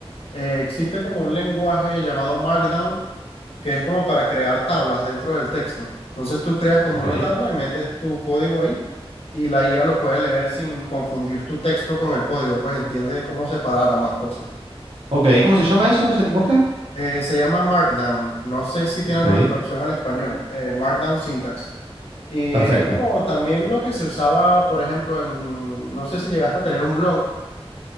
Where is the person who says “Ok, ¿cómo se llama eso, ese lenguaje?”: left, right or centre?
Right